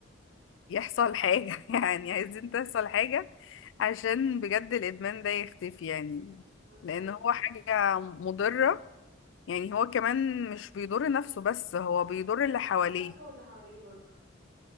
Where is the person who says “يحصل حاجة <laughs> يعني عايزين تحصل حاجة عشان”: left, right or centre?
Left